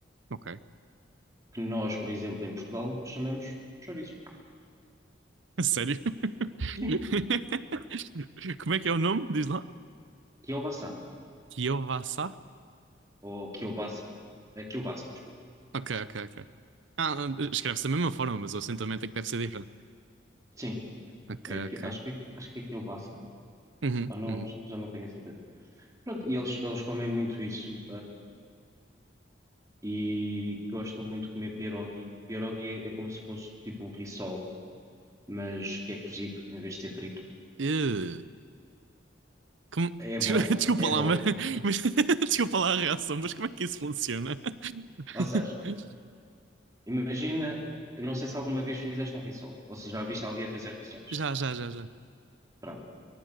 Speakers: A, on the right (about 85°); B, on the right (about 15°).
A: ok.
B: que nós, por exemplo, em Portugal chamamos chouriço.
A: <laughs> Sério? <laughs>
B: Sim,
A: Como é que é o nome? Diz lá.
B: kielbasa
A: Kiyowaza?
B: ou kielbasa. É kielbasa, desculpa.
A: Ok, ok, ok. Ah, escreve-se da mesma forma, mas o acentuamento é que deve ser diferente.
B: Sim,
A: Ok,
B: é, que
A: ok.
B: acho que, é- acho que é kielbasa.
A: Uhum,
B: Ah, não,
A: uhum.
B: já, já não tenho a certeza. Pronto, e eles, eles comem muito isso. e gostam muito de comer pierogi. Pierogi é, é como se fosse tipo um rissol, mas que é cozido em vez de ser frito.
A: Ih. Como-
B: É
A: <laughs>
B: bom,
A: Desculpa
B: é
A: lá,
B: bom.
A: mas... mas- <laughs> Desculpa lá a reação, mas como é que isso funciona? <laughs>
B: Ou seja, imagina, eu não sei se alguma vez fizeste um rissol, ou se já viste alguém a fazer rissóis.
A: Já, já, já, já.
B: Pronto.